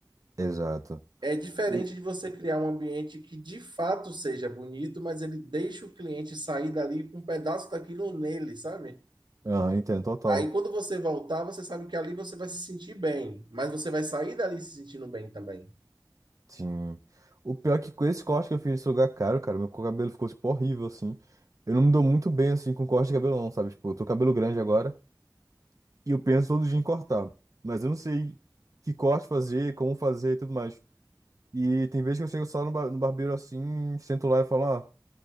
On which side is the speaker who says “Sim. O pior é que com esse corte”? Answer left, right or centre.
Right